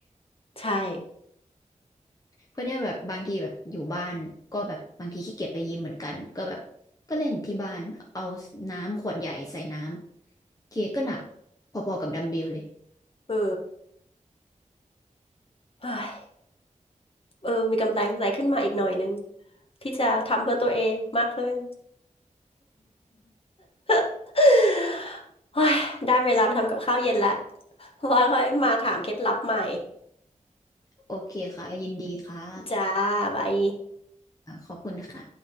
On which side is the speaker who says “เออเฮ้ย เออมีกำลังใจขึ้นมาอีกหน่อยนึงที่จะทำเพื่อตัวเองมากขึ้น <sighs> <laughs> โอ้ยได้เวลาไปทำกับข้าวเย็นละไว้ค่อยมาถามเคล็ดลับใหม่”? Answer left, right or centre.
Left